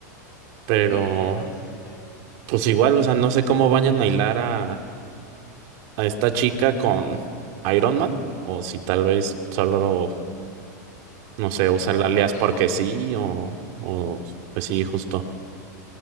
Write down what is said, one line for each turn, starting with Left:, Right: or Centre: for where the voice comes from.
Right: Pero,
Left: sí, de adolescente creo.
Right: pues igual, o sea, no sé cómo vayan a hilar a, a esta chica con Iron Man. O si tal vez solo, no sé, usa
Left: O
Right: el
Left: es
Right: alias
Left: de relleno.
Right: porque sí, o, o pues sí, justo.